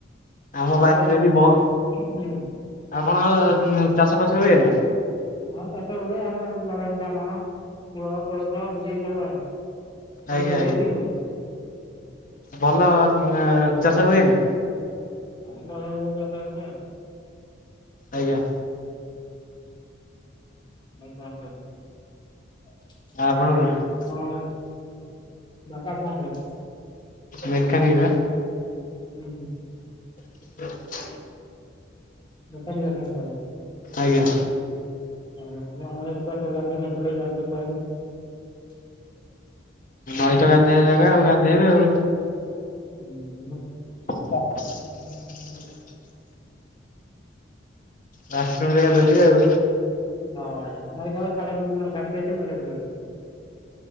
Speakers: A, on the left; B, on the left.
A: ଆମ
B: ଲୋକ
A: ବାରିରେ
B: ହଇରାଣ ହଉଛନ୍ତି
A: ବି ବୋହ
B: ନା। ହୁଁ,
A: ଆପଣଙ୍କ ଚାଷ ଫାସ ହୁଏ ନା?
B: ହଁ ଚାଷ ହୁଏ ଆମର ଲଗାନ୍ତି ଧାନ ମୁଗ, କୋଳଥ, ବିରି ସବୁ ଲଗା ପନିପରିବା
A: ଆଜ୍ଞା ଆଜ୍ଞା
B: ବି ହୁଏ।
A: ଭଲ ଚାଷ ହୁଏ <unintelligible>
B: <unintelligible>
A: ଆଜ୍ଞା।
B: ଆଚ୍ଛା ଆଚ୍ଛା <unintelligible>
A: ଆପଣ କୋଉଠି
B: ବାପା କଣ କରନ୍ତି?
A: ମେକାନିକ୍ ପା।
B: ହୁଁ ହୁଁ
A: <inaudible>
B: <unintelligible>
A: ଆଜ୍ଞା।
B: <unintelligible>
A: ନଈ ତ ଗାଧୋଇବା ଜାଗା ଆଉ ଗାଧେଇବେ ଆଉ।
B: ହୁଁ।
A: <unintelligible> ବାଥରୁମରେ ଗାଧଉଥିବେ ଆଉ
B: ହଁ ନଈ <unintelligible> <unintelligible>